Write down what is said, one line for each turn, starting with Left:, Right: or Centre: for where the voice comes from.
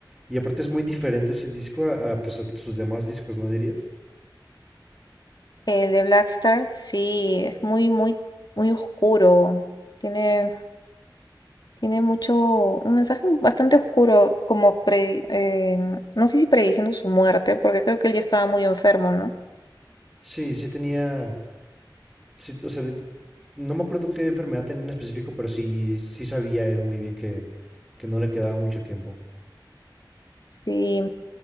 Centre: y aparte es muy diferente ese disco a, a, pues, a sus demás discos, ¿no dirías?
Left: El de Black Star, sí, es muy, muy, muy oscuro. Tiene, tiene mucho, un mensaje bastante oscuro, como pre, eh, no sé si prediciendo su muerte, porque creo que él ya estaba muy enfermo, ¿no?
Centre: Sí, sí tenía, sí, o sea, de- no me acuerdo qué enfermedad tenía en específico, pero sí, sí sabía él muy bien que, que no le quedaba mucho tiempo.
Left: Sí.